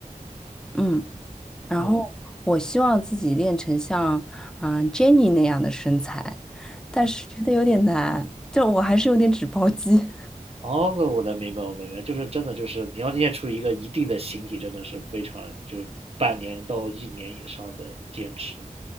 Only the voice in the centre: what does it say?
嗯，然后我希望自己练成像嗯、
呃 Jennie 那样的身材，但是觉得有点难，就我还是有点脂包肌。